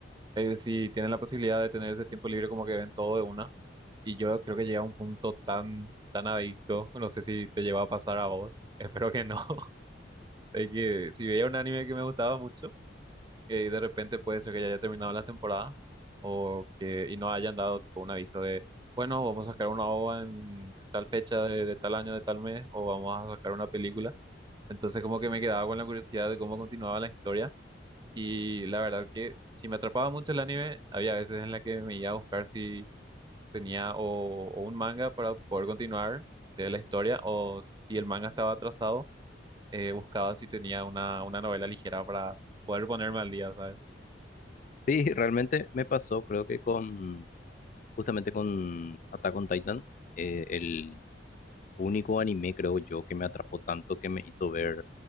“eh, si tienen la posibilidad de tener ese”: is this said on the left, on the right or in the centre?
Right